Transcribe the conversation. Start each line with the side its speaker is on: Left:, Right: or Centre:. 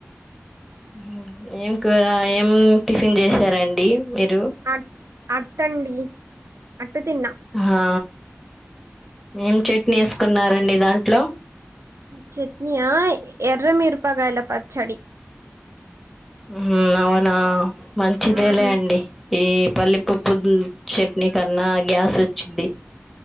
Centre: హు ఏం కూర ఏం టిఫిన్ చేసారండి మీరు
Right: అట్ అట్టండి అట్టు తిన్నాం
Centre: హా ఏం చట్నీ వేసుకున్నారండి దాంట్లో
Right: చెట్నీయా ఎర్రమిరుపాకాయల పచ్చడి
Centre: ఉహుమ్ అవునా మంచిదేలే
Right: మ్మ్
Centre: అండి ఈ పల్లిపుప్పు చట్నీ కన్నా గ్యాస్ వచ్చిద్ది